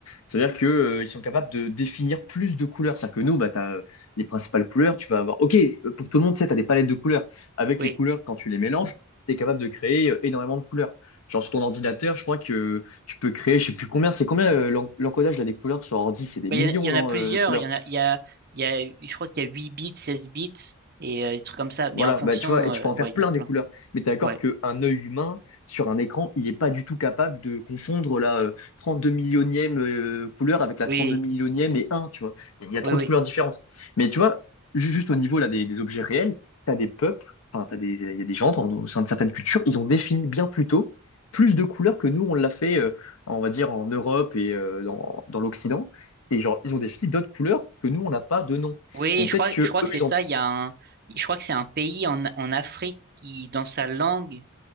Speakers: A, on the left; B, on the right.
A: C'est-à-dire que, euh, ils sont capables de définir plus de couleurs. C'est-à-dire que nous, bah, tu as les principales couleurs, tu vas avoir... OK, euh, pour tout le monde, tu sais, tu as des palettes de couleurs. Avec
B: oui.
A: les couleurs, quand tu les mélanges, tu es capable de créer euh, énormément de couleurs. Genre sur ton ordinateur, je crois que tu peux créer, je sais plus combien, c'est combien euh, l'en- l'encodage là, des couleurs sur ordi, c'est des
B: Bah,
A: millions,
B: il y, en a il y
A: non,
B: en a plusieurs.
A: euh, de couleurs.
B: Il y en a, il y a, il y a, je crois qu'il y a 8 bits, 16 bits et euh, des trucs comme ça. Mais
A: Voilà,
B: en fonction,
A: bah, tu vois, et tu
B: euh,
A: peux en faire
B: ouais, il
A: plein
B: y en a plein.
A: des couleurs. Mais t'es d'accord
B: Ouais.
A: qu'un œil humain, sur un écran, il n'est pas du tout capable de confondre la euh, 32 millionième euh, couleur avec la
B: Oui,
A: 32 millionième et un tu vois. Il y a trop
B: oui, oui.
A: de couleurs différentes. Mais tu vois, ju- juste au niveau là, des, des objets réels, t'as des peuples, enfin, t'as des, il y a des gens dans, au sein de certaines cultures, ils ont défini bien plus tôt plus de couleurs que nous, on l'a fait, euh, on va dire, en Europe et euh, dans, dans l'Occident. Et genre, ils ont défini d'autres couleurs que nous, on n'a pas de nom.
B: Oui,
A: Donc
B: je
A: peut-être
B: crois,
A: que
B: je crois
A: eux,
B: que c'est
A: ils
B: ça.
A: ont
B: Il y a un, je crois que c'est un pays en, en Afrique qui, dans sa langue,